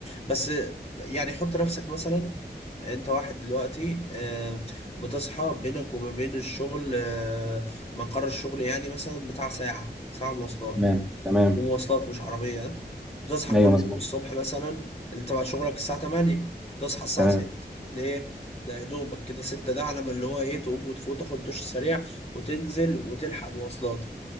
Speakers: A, on the left; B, in the centre.
A: بس يعني حط نفسك مثلا انت واحد دلوقتي آه، بتصحى بينك وما بين الشغل آه، مقر الشغل يعني مثلا بتاع ساعة ساعة مواصلات
B: تمام تمام
A: ومواصلات مش عربية ها؟ بتصحى
B: ايوه
A: كل
B: مظبوط
A: يوم الصبح مثلا انت تبع شغلك الساعة 8 تصحى الساعة
B: تمام
A: 6 ليه؟ ده يا دوبك كده 6 ده على ما اللي هو ايه تقوم وتفوت تاخد دش سريع وتنزل وتلحق مواصلاتك